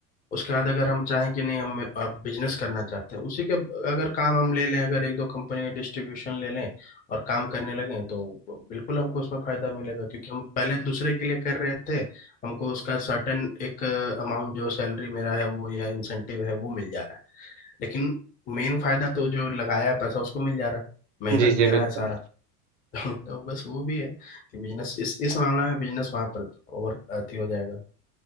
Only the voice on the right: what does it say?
जी जी
बिल्कुल